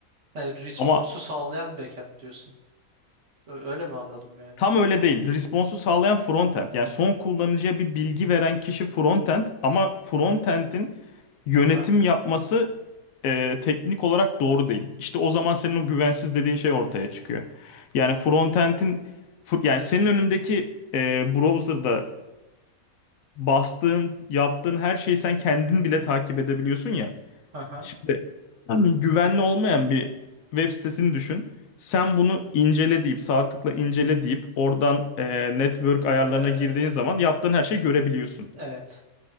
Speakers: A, on the right (about 60°); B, on the left (about 75°).
A: Yani response'u
B: ama
A: sağlayan backend diyorsun. Ö- Öyle mi anladım yani?
B: tam öyle değil. Response'u sağlayan frontend. Yani son kullanıcıya bir bilgi veren kişi frontend ama frontend'in yönetim
A: Aha.
B: yapması e, teknik olarak doğru değil. İşte o zaman senin o güvensiz dediğin şey ortaya çıkıyor. Yani frontend'in fr- yani senin önündeki e, browser'da bastığın, yaptığın her şeyi sen kendin bile takip edebiliyorsun ya.
A: Aha.
B: Şimdi <clears throat> güvenli olmayan bir web sitesini düşün. Sen bunu incele deyip sağ tıkla incele deyip oradan e, network ayarlarına
A: Ee,
B: girdiğin zaman yaptığın her şeyi görebiliyorsun.
A: evet.